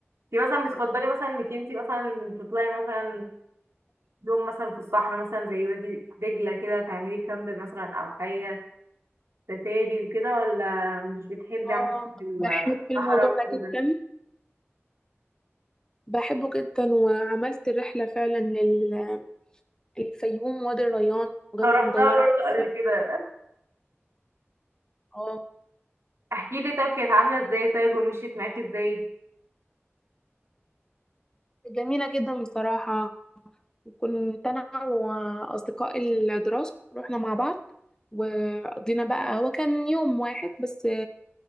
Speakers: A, on the right; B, on the left.
A: دي مثلا بتفضلي مثلا انك انتي مثلا تطلعي مثلا يوم مثلا في الصحراء مثلا زي وادي دجلة كده تعملي كامب مثلا او حاجة سفاري وكده ولا مش بتحبي
B: اه
A: عامة
B: بحب
A: الصحراء
B: الموضوع ده
A: وكده
B: جدا بحبه جدا وعملت الرحلة فعلا لل- للفيوم وادي الريان وجبل
A: انا رحتها
B: مدورة
A: برضه قبل
B: ف...
A: كده
B: اه
A: احكي لي طيب كانت عاملة ازاي طيب ومشيت معاكي ازاي
B: جميلة جدا بصراحة كنت أنا وأصدقاء الدراسة رحنا مع بعض وقضينا بقى هو كان يوم واحد بس